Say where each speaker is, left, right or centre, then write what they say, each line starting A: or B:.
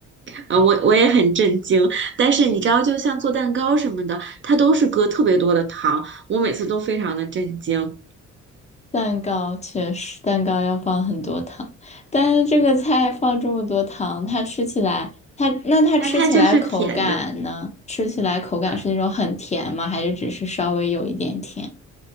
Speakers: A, on the right; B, on the left.
A: 呃，我我也很震惊，但是你知道，就像做蛋糕什么的，它都是搁特别多的糖，我每次都非常的震惊。
B: 蛋糕，确实蛋糕要放很多糖，但是这个菜放这么多糖，它吃起来，它那它吃起来口感呢？
A: 它它就是甜的，
B: 吃起来口感是那种很甜吗？
A: 呃
B: 还是只是稍微有一点甜？